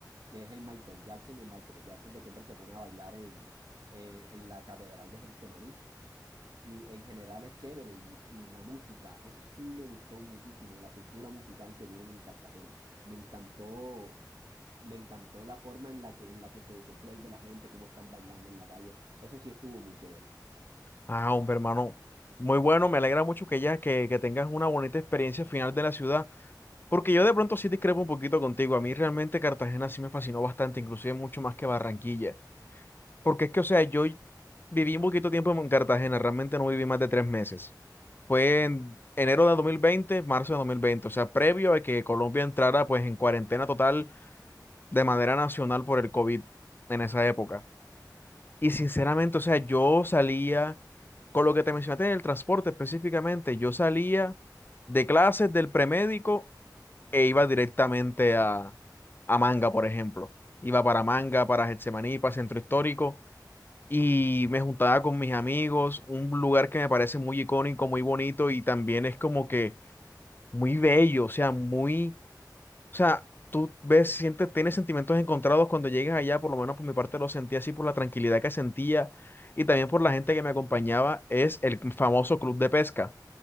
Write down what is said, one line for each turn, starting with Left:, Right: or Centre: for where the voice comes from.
Right: que es el Michael Jackson, el Michael Jackson que siempre se pone a bailar en, en, en la Catedral de Getsemaní. Y en general es chévere y, y la música, eso sí me gustó muchísimo, la cultura musical que tienen en Cartagena. Me encantó me encantó la forma en la que, en la que se desenvuelve la gente, cómo están bailando en la calle. Eso sí estuvo muy chévere.
Left: Ah, hombre, hermano, muy bueno, me alegra mucho que ya que, que tengas una bonita experiencia final de la ciudad, porque yo de pronto sí discrepo un poquito contigo. A mí realmente Cartagena sí me fascinó bastante, inclusive mucho más que Barranquilla, porque es que, o sea, yo viví un poquito tiempo en Cartagena, realmente no viví más de tres meses. Fue en enero de 2020, marzo de 2020, o sea, previo a que Colombia entrara pues en cuarentena total de manera nacional por el COVID en esa época. Y sinceramente, o sea, yo salía, con lo que te mencionaste en el transporte específicamente, yo salía de clases del premédico e iba directamente a, a Manga, por ejemplo. Iba para Manga, para Getsemaní, para Centro Histórico y me juntaba con mis amigos, un lugar que me parece muy icónico, muy bonito y también es como que muy bello, o sea, muy, o sea, tú ves, sientes, tienes sentimientos encontrados cuando llegas allá, por lo menos por mi parte lo sentí así por la tranquilidad que sentía y también por la gente que me acompañaba, es el famoso club de pesca